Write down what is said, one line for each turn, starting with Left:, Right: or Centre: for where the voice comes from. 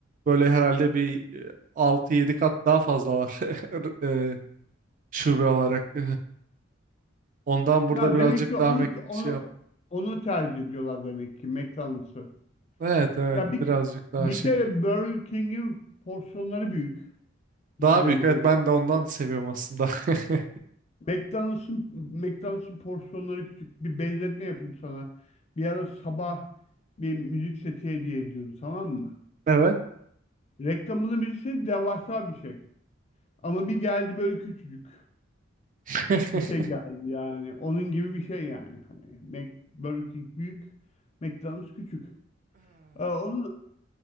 Right: böyle herhalde bir e, 6-7 kat daha fazla var <laughs> e, şube olarak. <laughs> Ondan burada
Left: Na
Right: birazcık
Left: demek ki onu
Right: daha Mac
Left: onu
Right: şey yap.
Left: onu tercih ediyorlar demek ki McDonald's'ı.
Right: Evet evet
Left: Ya bir
Right: birazcık daha
Left: bir
Right: şey.
Left: kere Burger King'in porsiyonları büyük. Burada
Right: Daha büyük
Left: en azından
Right: evet ben
Left: Türkiye'de.
Right: de ondan seviyorum aslında. <laughs>
Left: McDonald's'ın McDonald's'ın porsiyonları küçük. Bir benzetme yapayım sana. Bir ara sabah bir müzik seti hediye ediyordu tamam mı?
Right: Evet.
Left: Reklamında müzik seti devasa bir şey. Ama bir geldi böyle küçücük
Right: <laughs>
Left: bir şey geldi yani. Onun gibi bir şey yani. Hani Mac, Burger King büyük, McDonald's küçük. Ee, Onun